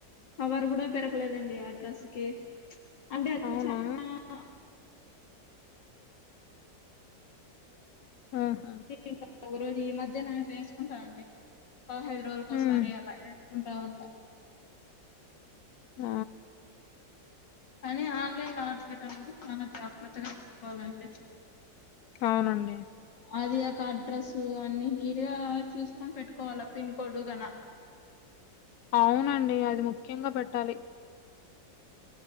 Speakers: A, on the left; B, on the left.
A: కవర్ కూడ పెరగలేదండి ఆ అ డ్రస్కి అంటే అది
B: అవునా
A: <inaudible>
B: ఆహా!
A: ఇంకా ఒక రోజు ఈ మధ్యన వేసుకుంటానుండి పదహైదు రోజులకోసారి
B: హ్మ్.
A: అలాగ ఉంట ఉంట
B: ఆ
A: కానీ ఆన్లైన్ లో ఆర్డర్ పెట్టాలంటే చాల జాగ్రత్తగా పెట్టుకోవాలండి
B: అవునండి
A: అది యొ అడ్రస్ అన్ని <unintelligible> చూసుకొని పెట్టుకోవాలా పిన్ కోడ్ గన
B: అవునండి అది ముఖ్యంగ పెట్టాలి